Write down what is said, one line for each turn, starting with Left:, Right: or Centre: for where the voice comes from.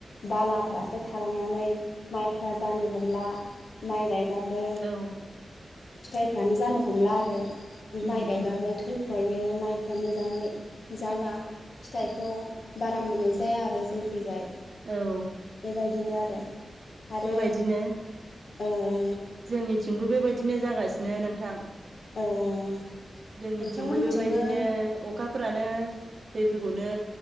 Left: बालाफ्रासो थालांनानै माइफ्रा जानो हमला माइ गायबाबो
Right: औ
Left: फिथाइफ्रानो जानो हमला आरो
Right: उम
Left: माइ गायबाबो
Right: उम
Left: थैख्लयो माइफ्रा मोजाङै जाला फिथाइखौ बारा मोनै जाया आरो जोंखैजाय
Right: औ
Left: बेबायदिनो आरो आरो
Right: बेबायदिनो
Left: औ औ
Right: जोंनिथिंबो बेबायदिनो जागासिनो नोंथां
Left: औ औ
Right: जोंनिथिंबो
Left: नोंथांमोनथिंबो
Right: बेबायदिनो अखा फोरानो दैफोरखौनो